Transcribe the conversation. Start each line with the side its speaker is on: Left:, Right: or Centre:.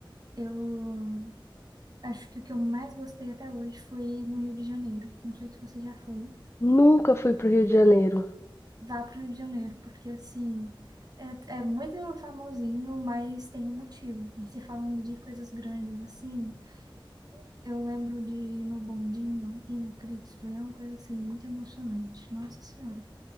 Right: eu acho que o que eu mais gostei até hoje foi no Rio de Janeiro. Não sei se você já foi.
Left: Nunca fui pro Rio de Janeiro.
Right: Vá para o Rio de Janeiro, porque assim, é, é muito famosinho, mas tem um motivo. E se falando de coisas grandes assim, eu lembro de ir no Bondinho e no Cristo, é uma coisa assim, muito emocionante. Nossa Senhora.